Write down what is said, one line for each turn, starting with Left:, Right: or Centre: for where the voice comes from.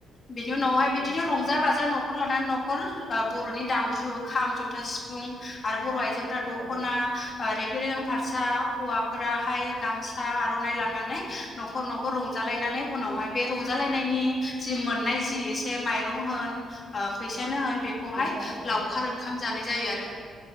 Left: बिनि उनावहाय
Right: औ
Left: बिदिनो रंजा बाजा न'खर लानानै नखर बर'नि दामजु खाम जथा सिफुं आरो बर' आइजोफोरा दख'ना
Right: औ
Left: रेगि रेगां फारसा हौवाफोराहाय गामसा आर'नाइ लानानै न'खर न'खर रंजालायनानै उनावहाय बे रंजालायनायनि जि मोननाय जि एसे माइरं होन ओ फैसानो होन बे खौहाय
Right: फैसा औ
Left: लावखार ओंखाम जानाय जायो आरो।